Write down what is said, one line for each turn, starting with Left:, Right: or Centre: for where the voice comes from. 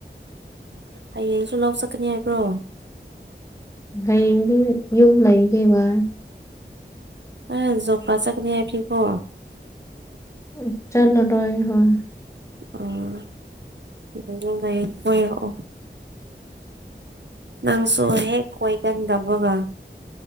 Right: ꯍꯌꯦꯡꯁꯨ ꯂꯧ ꯆꯠꯀꯅꯤ ꯍꯥꯏꯕ꯭ꯔꯣ
Left: ꯍꯌꯦꯡꯗꯤ ꯌꯨꯝ ꯂꯩꯒꯦꯕ
Right: ꯑꯥ ꯖꯣꯕ ꯀꯥꯠ ꯆꯠꯀꯅꯤ ꯍꯥꯏꯈꯤꯕ꯭ꯔꯣ
Left: <unintelligible> ꯆꯠꯂꯔꯣꯏ ꯍꯣꯏ
Right: ꯑꯣ ꯑꯗꯨꯗ ꯂꯩ ꯋꯥꯏꯔꯛꯑꯣ ꯅꯪꯁꯨ ꯍꯦꯛ ꯀꯣꯏꯒꯟꯗꯕꯥꯒ